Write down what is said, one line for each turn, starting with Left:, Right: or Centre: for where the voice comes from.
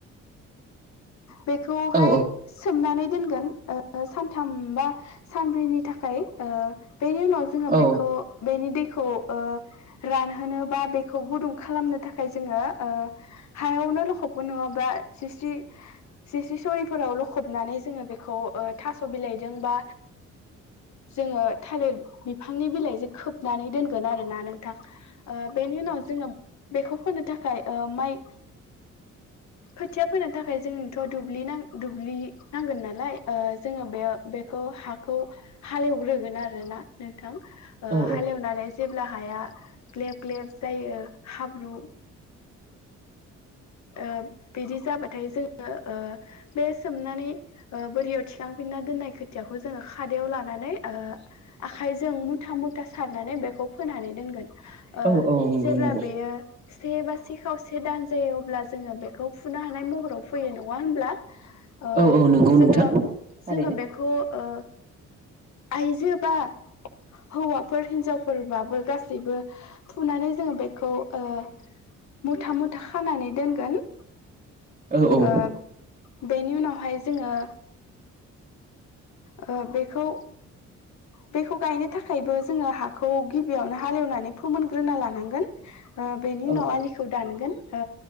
Left: बेखौ हाय
Right: औ
Left: सोमनानै दोनगोन ओ सानथाम बा सानब्रैनि थाखाय ओ बेनि उनाव जोङो
Right: औ
Left: बेखौ बेनि दैखौ ओ रानहोनो बा बेखौ गुदुं खालामनो थाखाय जोङो ओ हायावनो लखबबो नङा बा बा स्रिसि
Right: <inaudible>
Left: जि सि सरिफोराव लखबनानै जोङो बेखौ ओ थास' बिलाइदों बा जोङो थालिर बिफांनि बिलाइजों खोबनानै दोनगोन आरोना नोंथां। ओ बेनि उनाव जोङो बेखौ फोननो थाखा खाय ओ माइ खोथिया फोनो थाखाय जोंनोथ' दुब्लि नां दुब्लि नांगोन नालाय ओ जोङो बे बेखौ हाखौ हालेवग्रोगोन आरोना नोंथां ओ
Right: औ
Left: हालेवनानै जेब्ला हाया ग्लेब ग्लेब जायो हाब्रु ओ बिदि जाबा थाय जोङो ओ बे सोमनानै ओ बोरियाव थिखांफिनना दोननाय खोथियाखौ जोङो खाद दायाव लानानै आखाइजों मुथा मुथा सारनानै बेखौ फोनानै दोनगोन। ओ
Right: औ औ नंगौ
Left: जेब्ला
Right: नंगौ
Left: बेयो से बा से खावसे दान जायो अब्ला जोङो बेखौ फुनो हानाय महराव फैयो नङा होनब्ला? ओ
Right: औ औ नंगौ
Left: जोङो
Right: नोंथां थारैनो
Left: जोङो बेखौ ओ आइजो बा हौवाफोर हिनजावफोरबाबो गासैबो फुनानै जोङो बेखौ ओ मुथा मुथा खानानै दोनगोन।
Right: औ औ
Left: ओ बेनि उनावहाय जोङो ओ बेखौ बेखौ गायनो थाखायबो जोङो हाखौ गिबियावनो हालेवनानै फोमोनग्रोना लानांगोन। ओ बेनि उनाव
Right: औ
Left: आलिखौ दानगोन। ओ